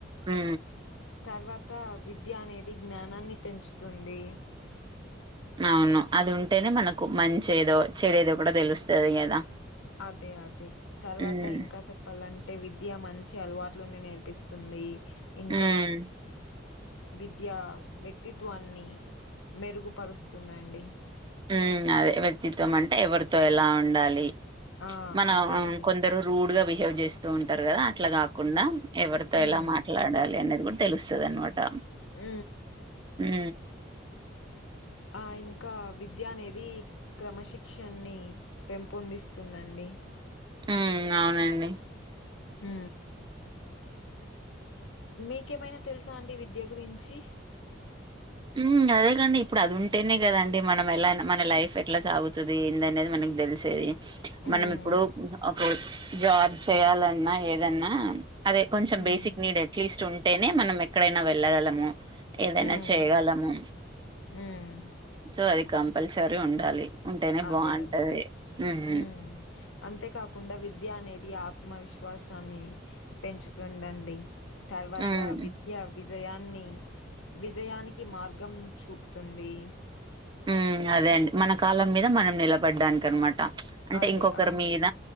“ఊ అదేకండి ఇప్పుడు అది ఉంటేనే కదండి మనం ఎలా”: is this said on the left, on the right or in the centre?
Right